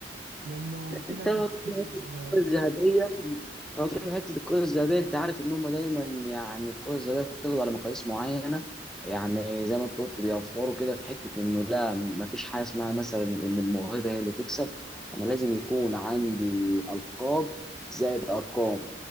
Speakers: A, on the right; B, in the centre.
A: لأنه في
B: انت
A: لعيبة
B: لو
A: كتير
B: هتروح لحتة الكرة الذهبية لو هتروح لحتة الكرة الذهبية انت عارف ان هم دايما يعني الكرة الذهبية بتاخد على مقاييس معينة يعني زي ما انت قلت بيوفروا كده في حتة انه لا مفيش حاجة اسمها مثلا ان الموهبة هي اللي تكسب انا لازم يكون عندي القاب زائد ارقام